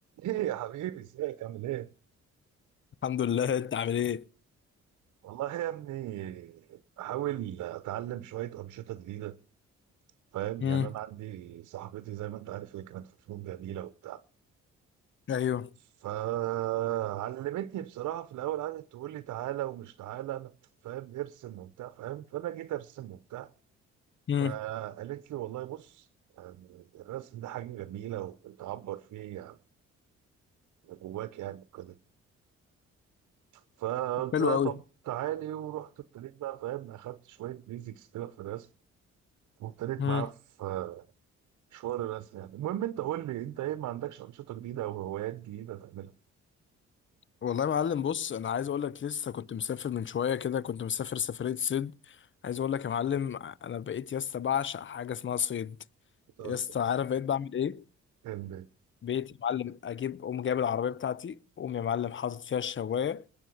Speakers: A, on the right; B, on the left.
A: ايه يا حبيبي ازيك عامل ايه؟
B: الحمد لله <laughs> انت عامل ايه
A: والله يا ابني بحاول اتعلم شويه انشطه جديده فاهم
B: امم
A: يعني انا عندي صاحبتي زي ما انت عارف هي كانت في فنون جميله وبتاع
B: ايوه
A: فعلمتني بصراحه في الاول قعدت تقول لي تعالى ومش تعالى انا فاهم ارسم وبتاع فاهم فانا جيت ارسم وبتاع فقالت
B: امم
A: لي والله بص يعني الرسم ده حاجه جميله وبتعبر فيه يعني اللي جواك يعني وكده فقلت
B: حلو
A: لها
B: قوي
A: طب تعالي ورحت ابتديت بقى فاهم اخدت شويه بيزكس كده في الرسم وابتديت
B: امم
A: معاه في مشوار الرسم يعني المهم انت قول لي انت ايه ما عندكش انشطه جديده او هوايات جديده تعملها
B: والله يا معلم بص انا عايز اقول لك لسه كنت مسافر من شويه كده كنت مسافر سفريه صيد عايز اقول لك يا معلم انا بقيت يا اسطى بعشق حاجه اسمها صيد
A: بتهزر
B: يا اسطى عارف بقيت بعمل ايه
A: تعمل ايه؟
B: بقيت يا معلم اجيب اقوم جايب العربيه بتاعتي اقوم يا معلم حاطط فيها الشوايه